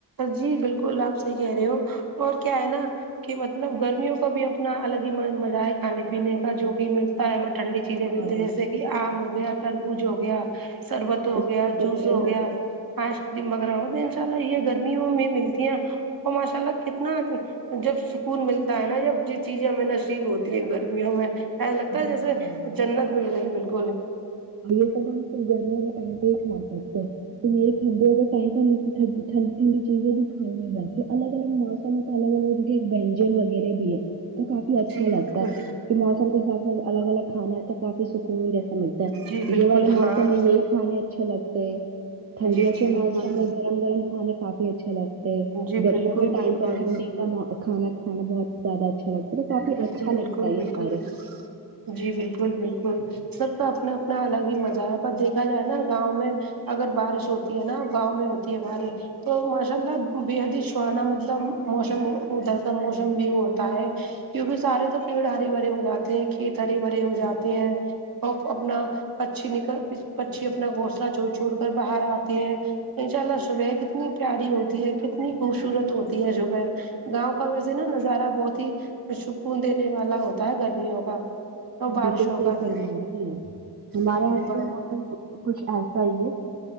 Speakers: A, on the right; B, on the right.
A: جی بالکل آپ صحی کہہ رہے ہو اور کیا ہے نا کہ مطلب گرمیوں کا بھی اپنا الگ ہی مزہ ہے کھانے پینے کا جو بھی ملتا ہے ہمیں ٹھنڈی چیزیں
B: ہاں
A: ملتی ہے جیسے یہ آم ہو گیا تربوز ہو گیا سربت ہو
B: آئس
A: گیا
B: کریم وغیرہ
A: جوس ہو گیا
B: گئے
A: آئس کریم وغیرہ ہو تو انشاء اللہ یہ گرمیوں میں ملتی ہیں وہ ماشاء اللہ کتنا جب سکون ملتا ہے نا ب ج چیزیں میں نصیب ہوتی ہے گرمیوں میں ایسا لگتا ہے
B: بالکل
A: جیسے جنت مل گئی بالکل
B: یہ سب ہم گرمی وغیرہ ٹائم پ ہی سکتے ہے تو یہ ٹھڈ وغیرہ ٹ س کیٹھی ٹھڈ ٹھنی چیزیں بھی کھائی میں جاس ا الگ الگ موسموں تو الگ الگ ونجن وغیرہ بھی ہے تو کافی اچھا
A: جی
B: لگتا
A: بالکل
B: ہے کہ موسم کے حساب سے الگ الگ کھانا ہے تو کافی سکون رہتا اچھا ملتا ہے
A: جی بالکل
B: یہ والے موسم
A: ہاں
B: میں یہی کھانے اچھے لگتے ہیں ٹھنڈیوں
A: جی جی
B: کے
A: بالکل
B: موسم میں گرم گرم کھانے کافی اچھے لگتے ہیں
A: جی
B: گرمیوں
A: بالکل
B: کے ٹائم
A: بالکل
B: پر ٹھنڈی کا کانا کھانا بہت زیادہ اچھا لگتا ہے تو کافی
A: بالکل
B: اچھا
A: بالکل
B: لگتا ہے یہ
A: بالکل
B: سارے
A: جی بالکل بالکل سب کا اپنا اپنا الگ ہی مزہ ہے پر دیکھا جائے نا گاؤں میں اگر بارش ہوتی ہے نا گاؤں میں ہوتی ہے بارش تو ماشاء اللہ بےحد ہی سہانا مطلب موسم ادھر کا موسم بھی ہوتا ہے کیونکہ سارے تو پیڑ ہرے بھرے ہو جاتے ہیں کھیت ہرے بھرے ہو جاتے ہیں اور اپنا پچھی نکل پچی اپنا گھونسلہ جوڑ چھوڑ کر باہر آتے ہے انشاء اللہ صبح کتنی پیاری ہوتی ہے کتنی خوبصورت ہوتی ہے صبح گاؤں کا ویسے نا نظارہ بہت ہی سکون دینے والا ہوتا ہے گرمیوں کا اور بارشوں
B: بالکل صحیح
A: کا
B: فرما
A: بھی
B: رہے ہیں ہمارے
A: جی
B: یہاں کا
A: ب
B: <unintelligible> موسم کچھ ایسا ہی ہے